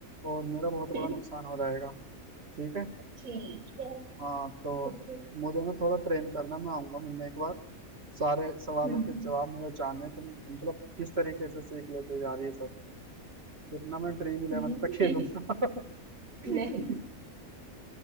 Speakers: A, on the right (about 45°); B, on the right (about 75°).
A: और मेरा बहुत बड़ा
B: <laughs>
A: नुकसान हो जाएगा ठीक है
B: ठीक है
A: हाँ तो
B: ओके
A: मुझे ना थोड़ा ट्रेन करना मैं आऊंगा मिलने एक बार सारे सवालों
B: हम्म
A: के जवाब मुझे जानने हैं। तुम मतलब किस तरीके से सीख लेते हो यार ये सब फिर ना मैं ड्रीम
B: हम्म।
A: इलेवन पे खेलूंगा
B: <laughs>
A: <laughs>
B: नहीं